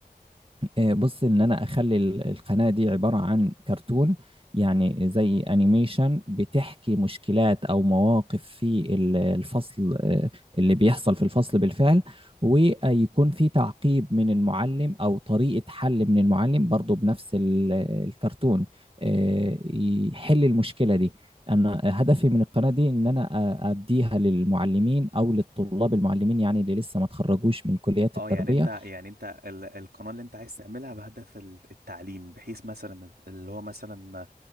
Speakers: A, on the right; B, on the right.
A: آه، بص ان انا اخلي ال- القناة دي عبارة عن كرتون يعني زي انيميشن بتحكي مشكلات او مواقف في ال- الفصل آه، اللي بيحصل في الفصل بالفعل ويكون في تعقيب من المعلم او طريقة حل من المعلم برضو بنفس ال- الكرتون آه، يحل المشكلة دي انا هدفي من القناة دي ان انا أ- اديها للمعلمين او للطلاب المعلمين يعني اللي لسه ما تخرجوش من كليات
B: اه
A: التربية
B: يعني انت يعني انت ال القناة اللي انت عايز تعملها بهدف ال- التعليم بحيث مثلا اللي هو مثلا